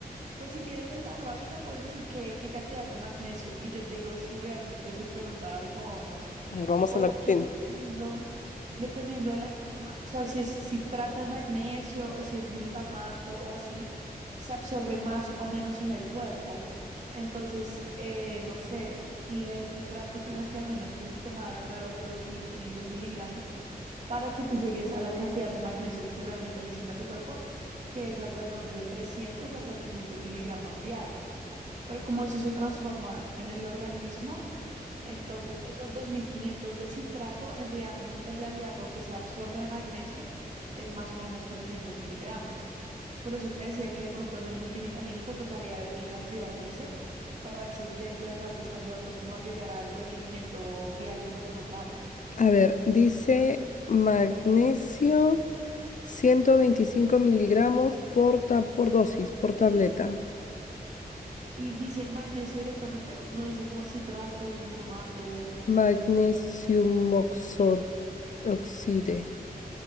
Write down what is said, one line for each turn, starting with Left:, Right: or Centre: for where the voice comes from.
Right: pues si tienes el tarro ahí, me puedes decir qué, qué cantidad de magnesio y yo te digo si realmente suplementa algo o no.
Left: Ahí vamos
Right: Porque
Left: a la cocina.
Right: dependiendo, dependiendo de la forma, o sea, si es, si trata de magnesio o si es glutamato o así, se absorbe más o menos en el cuerpo. Entonces, eh, no sé, si es citrato tienes que al menos to- tomar alrededor de 2.500 miligramos para que tú llegues a la cantidad de magnesio que realmente necesita tu cuerpo, que es alrededor de 300 a 400 miligramos diarios. Pero como eso se transforma en el organismo, entonces esos 2.500 de citrato, en, real- en realidad lo que se absorbe de magnesio es más o menos 300 miligramos. Entonces, por eso te decía que de pronto en el multivitamínico tocaría ver qué cantidad dice para ver si de, de verdad te está ayudando como a llegar al requerimiento diario recomendado.
Left: A ver, dice magnesio 125 miligramos por, ta- por dosis, por tableta.
Right: Y dice magnesio directamente, no dice como citrato, glutamato.
Left: Magnesium oxo- oxide.